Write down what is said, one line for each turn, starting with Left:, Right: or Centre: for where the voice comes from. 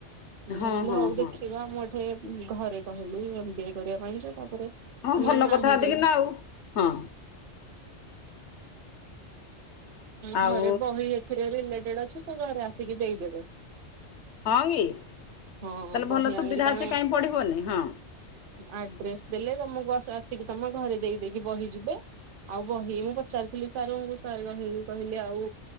Right: ମୁଁ
Left: ହଁ
Right: କହିଲି
Left: ହଁ
Right: ହଉ
Left: ହଁ।
Right: ଦେଖିବା ମୁଁ ଏଠେ ଘରେ କହିଲି ଏମ୍ ବିଏ କରିବା ପାଇଁ ଯେ ତାପରେ।
Left: ହଁ
Right: ଏମାନେ
Left: ଭଲ
Right: ନାହିଁ
Left: କଥା ଅଧିକି
Right: କଲେ
Left: ନାଉ ହଁ।
Right: ଆ ଏ
Left: ଆଉ
Right: ଘରେ ବହି ଏଥିରେ ରିଲେଟେଡ୍ ଅଛି ସେ ଘରେ ଆସିକି ଦେଇଦେବେ।
Left: ହଁ କି ତାହେଲେ
Right: ହଁ ବହି
Left: ଭଲ ସୁବିଧା
Right: ଆଣିକି ତମେ
Left: ଅଛି କାଇଁ ପଢିବନି ହଁ।
Right: ଆଡ୍ରେସ ଦେଲେ ତମକୁ ଆସିକି ତମ ଘରେ ଦେଇ ଦେଇକି ବହି ଯିବେ। ଆଉ ବହି ମୁଁ ପଚାରିଥିଲି ସାର୍ ଙ୍କୁ ସ ରହି କହିଲେ ଆଉ